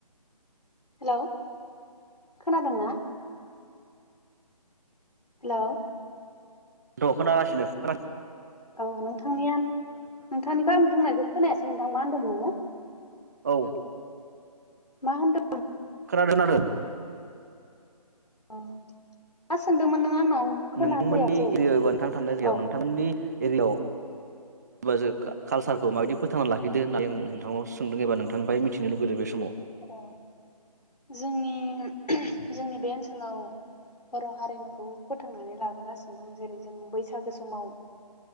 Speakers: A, on the left (about 80°); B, on the right (about 25°).
A: हेलौ खोनादोंना? हेल'
B: दख'ना बासिदों खोना
A: औ नोंथांनिया नोंथांनि गामिनि बुंनायखौ खोनायासै नोंथां मा होनदों नोंङो?
B: औ
A: मा होनदों?
B: खोनादों आरो।
A: ओम मा सोंदोंमोन नों आंनाव? आं खोनाफैयासै
B: नोंथांमोननि एरियावबा नोंथां थानाय जायगायाव
A: औ
B: नोंथांमोननि एरियाव होनबा जों कालसारखौ माबायदि फोथांना लाखिदो होननानै आं नोंथांनाव सोंदों एबा नोंथां बाहाय मिथिनो लुगैदों बे समाव।
A: अ जोंनि जोंनि बे ओनसोलाव बर' हारिमुखौ फोथांनानै लाबोगासिनो दं जेरै जों बैसागु समाव